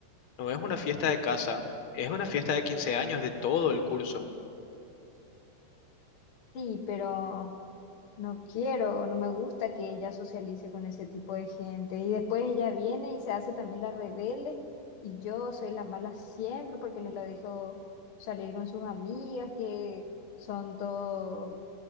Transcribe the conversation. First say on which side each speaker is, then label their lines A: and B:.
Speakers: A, on the left; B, on the left.
A: No es una fiesta de casa, es una fiesta de quince años de todo el curso.
B: Sí, pero no quiero, no me gusta que ella socialice con ese tipo de gente. Y después ella viene y se hace también la rebelde y yo soy la mala siempre porque no la dejo salir con sus amigas que son todos